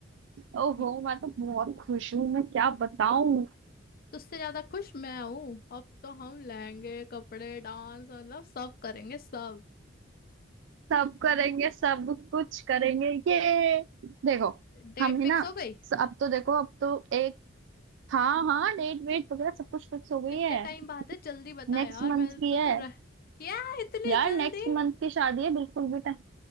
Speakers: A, on the right; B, on the left.
A: ओहो
B: हम्म,
A: मैं तो बहुत खुश हूँ मैं क्या बताऊं
B: तुझसे ज्यादा खुश मैं हूँ अब तो हम लहंगे कपड़े डांस मतलब सब करेंगे सब
A: सब करेंगे सब कुछ करेंगे ये देखो
B: डेट
A: हम
B: फिक्स
A: ही ना
B: हो गई
A: अब तो देखो अब तो एक हाँ हाँ डेट वेट वगैरह सब कुछ फिक्स हो गई
B: कितने
A: है
B: टाइम बाद है जल्दी बता
A: नेक्स्ट
B: यार
A: मंथ
B: मैं तो
A: की है
B: तो रह क्या इतनी
A: यार
B: जल्दी
A: नेक्स्ट मंथ की शादी है बिल्कुल भी टाइम